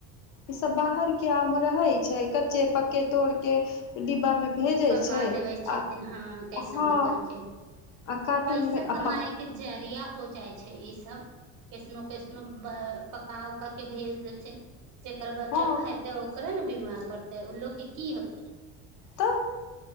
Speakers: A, on the left (about 70°); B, on the right (about 60°).
A: ई सब बाहर के आम रहे छै कच्चे पक्के तोड़ के डिब्बा मे भेजै
B: पका
A: छै
B: देबै छथिन
A: आ
B: हँ कैसे
A: हँ
B: हु करके
A: आ कार्टून
B: पैसा
A: मे आ
B: कमाएके
A: पक
B: जरिया हो जाइ छै ई सब कैसनो कैसनो पका उका के भेज देतन जकर बच्चा
A: हँ
B: खेतै ओकरे ने बिमार पड़तै ओ लोकग के की होतै
A: तऽ